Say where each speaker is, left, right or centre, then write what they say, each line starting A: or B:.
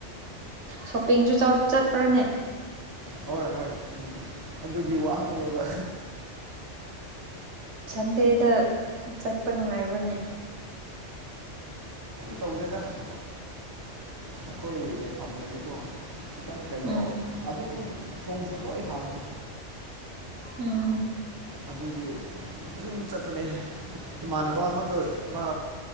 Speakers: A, on the right (about 70°); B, on the right (about 20°).
A: ꯁꯣꯞꯄꯤꯡꯁꯨ ꯆꯠꯄ꯭ꯔꯅꯦ
B: ꯍꯣꯏ ꯍꯣꯏ ꯎ ꯑꯗꯨꯒꯤ ꯋꯥꯕꯅꯦꯕ
A: ꯁꯟꯗꯦꯗ ꯆꯠꯄ ꯅꯨꯡꯉꯥꯏꯕ꯭ꯔꯥꯅꯦ
B: ꯇꯧꯗꯦꯗ ꯁꯣꯝ ꯑꯩꯈꯣꯏ ꯂꯩꯐꯝꯗꯒꯤꯀꯣ ꯈꯤꯇꯪ ꯀꯩꯅꯣ
A: ꯎꯝ
B: ꯑꯗꯨꯝ ꯊꯣꯡꯁꯨ ꯂꯣꯏ ꯍꯥꯡꯉꯤ
A: ꯎꯝ
B: ꯑꯗꯨꯒꯤ ꯑꯗꯨꯨꯝ ꯆꯠꯄꯅꯦ ꯏꯃꯥꯟꯅꯕ ꯑꯃꯗꯣ ꯃꯥ